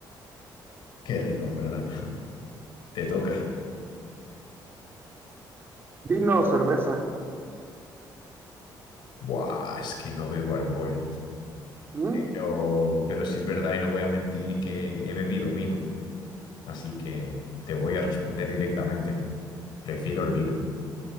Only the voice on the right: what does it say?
Vino o cerveza.
¿Mm?